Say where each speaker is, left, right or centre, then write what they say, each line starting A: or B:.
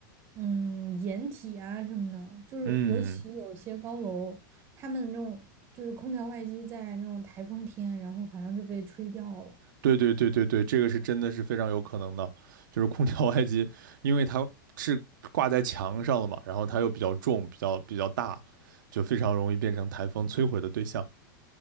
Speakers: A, on the right; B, on the right.
A: 嗯掩体啊什么的，就是尤其有些高楼，
B: 嗯，
A: 他们那种就是空调外机在那种台风天，然后好像就被吹掉了。
B: 对对对对对，这个是真的是非常有可能的，就是空调外机，因为它是挂在墙上的嘛，然后它又比较重，比较比较大，就非常容易变成台风摧毁的对象。